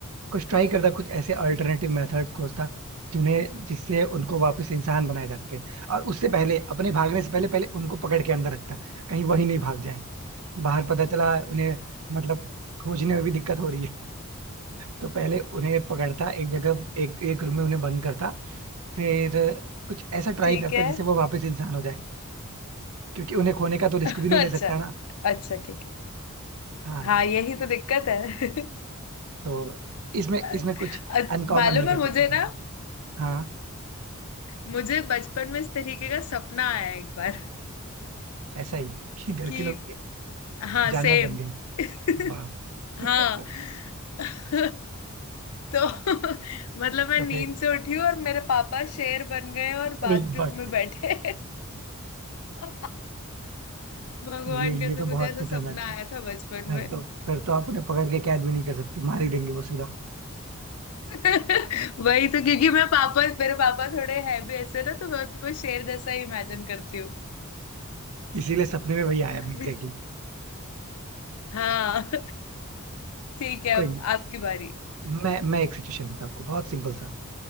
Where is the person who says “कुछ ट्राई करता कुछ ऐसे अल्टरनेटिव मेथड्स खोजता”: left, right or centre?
Right